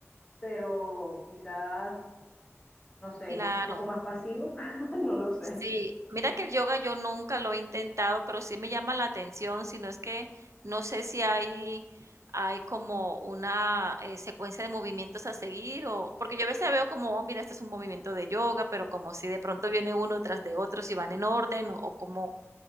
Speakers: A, on the left; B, on the right.
A: pero quizás, no sé,
B: Claro.
A: un poco más pasivo, <laughs> no lo sé.
B: Sí, mira que el yoga yo nunca lo he intentado, pero sí me llama la atención, sino es que no sé si hay, hay como una eh, secuencia de movimientos a seguir o porque yo a veces veo como, oh, mira, este es un movimiento de yoga, pero como si de pronto viene uno tras de otro, si van en orden o, o cómo